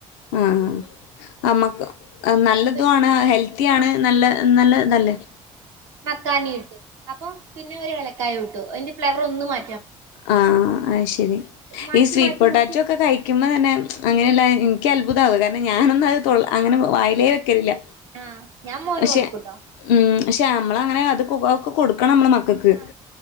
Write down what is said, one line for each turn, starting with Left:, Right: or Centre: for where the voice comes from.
Left: ആഹ് അമ്മക്ക് നല്ലതുആണ്
Right: പി ആ
Left: ഹെൽത്തിയാണ്
Right: ആ
Left: നല്ല നല്ലതല്ലേ!
Right: മക്കാനിട്ടു, അപ്പൊ പിന്നെ ഒരു ഏലക്കായിട്ടു, അയ്ന്റെ ഫ്ലേവർ ഒന്നും മാ
Left: ആഹ് അഹ് ശെരി,
Right: മാറ്റി
Left: ഈ സ്വീറ്റ്
Right: മാറ്റി
Left: പൊട്ടാറ്റൊക്കെ
Right: മാറ്റി
Left: കഴി ക്കുന്നന്നെ അങ്ങനെയ്ള്ള ഇൻക്കത്ഭുതാവ. കാരണം ഞാനൊന്നഹ് അങ്ങനെ വായിലേ വെക്കലില്ല.
Right: ആഹ്, ഞാൻ മോന്
Left: പക്ഷെ
Right: കൊടുക്കൂട്ടോ!
Left: ഉം ക്ഷെ അമ്മളങ്ങനെ അത്ക്കൊ അതൊക്കെ കൊടുക്കണമ്മള് മ കക്ക്
Right: ആ